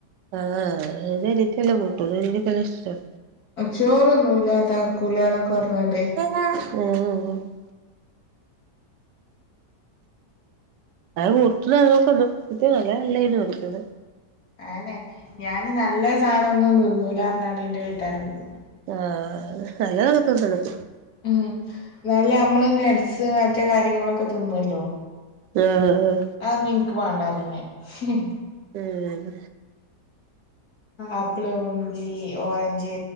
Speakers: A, on the right; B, on the left.
A: ആഹ് <unintelligible> കൂട്ടൂല എനിക്ക് എല്ലാം ഇഷ്ട
B: ചോറൊന്നും ഇല്ല താക്കൂല്ലന്നൊക്കെ പറഞ്ഞണ്ടേ
A: <unintelligible> ഔ ട്ട്ണ ക്ക ന്നും നല്ല ല്ലയ്നും
B: അന്നെ ഞാന് നല്ല സാനം ഒന്നും തിന്നൂലാർണാണ്ട് ന്റെ വെയ്ത്താലെ കൂടും
A: ആഹ് ഹ് നല്ലത് ക്കെ തിന്നണം
B: ഉം ഹ് നല്ല അമ്മള് ന്നെഡ്സ് മറ്റെ കാര്യങ്ങളൊക്കെ തിന്നുല്ലോ
A: ആഹ് ആഹ്
B: അവൊന്നും ഇൻക്ക് വേണ്ടാ റിം ഞാൻ ഹ് ഹ്
A: ഉം
B: ആപ്പിള് മുന്തി ഓറഞ്ച്